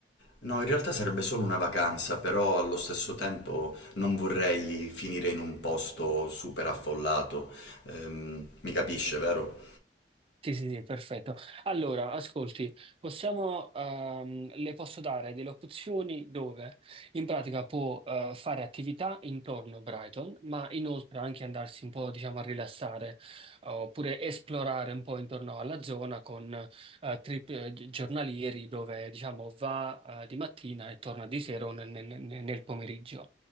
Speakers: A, on the left; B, on the right.
A: No, in realtà sarebbe solo una vacanza, però allo stesso tempo non vorrei finire in un posto super affollato. Ehm, mi capisce, vero?
B: Sì, sì, sì, perfetto. Allora, ascolti, possiamo, ehm, le posso dare delle opzioni dove in pratica può eh, fare attività intorno a Brighton, ma inoltre anche andarsi un po', diciamo, a rilassare eh, oppure esplorare un po' intorno alla zona con eh, trip eh, gi- giornalieri dove, diciamo, va eh, di mattina e torna di sera o nel nel- nel pomeriggio.